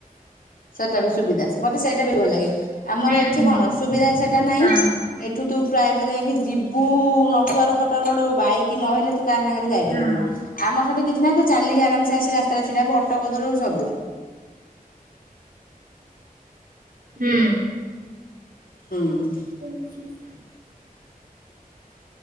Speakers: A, on the left; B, on the right.
A: ସେଟା ବି ସୁବିଧା ମତେ ସେଇଟା ବି ଭଲ ଲାଗେ। ଆମର
B: ହୁଁ
A: ଏଠି
B: ହୁଁ
A: କଣ ସୁବିଧା ସେଟା ନାଇଁ
B: ହଁ
A: ଏଠୁ ତୁ ପ୍ରାୟତଃ ଯାଇକି ଯିବୁ ନଥୁଆର ଫଟୋର ଗୋଡେ ବାଇକ ନହେଲେ ତୁ କାହା ସାଙ୍ଗରେ ଯାଇପାରିବୁନି।
B: ହଁ
A: ଆମର ସେଠି କିଛି ନାହିଁ ତୁ ଚାଲିକି ଆରାମସେ ଆସିି ରାସ୍ତାରେ ଛିଡା ହବୁ ଅଟୋଦରୁୁ ସବୁ।
B: ହୁଁ
A: ହୁଁ
B: ଆ <unintelligible>